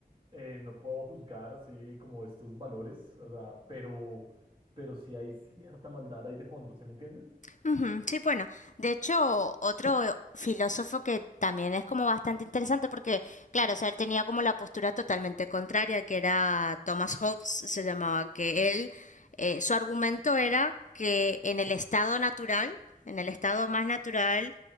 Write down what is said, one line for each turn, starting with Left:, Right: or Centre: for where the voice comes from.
Right: eh, no puedo juzgar así como estos valores, o sea, pero, pero sí hay cierta maldad ahí de fondo, ¿sí me entiendes?
Left: ujú, Sí, bueno, de hecho, otro filósofo que también es como bastante interesante porque, claro, o sea, él tenía como la postura totalmente contraria, que era Thomas Hobbes, se llamaba, que él, eh, su argumento era que en el estado natural, en el estado más natural,